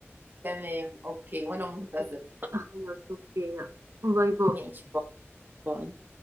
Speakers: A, on the right (about 45°); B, on the right (about 85°).
A: تمام اوكي وانا منتظر
B: <laughs> خلاص اوكي يلا. باي باي
A: ماشي باي باي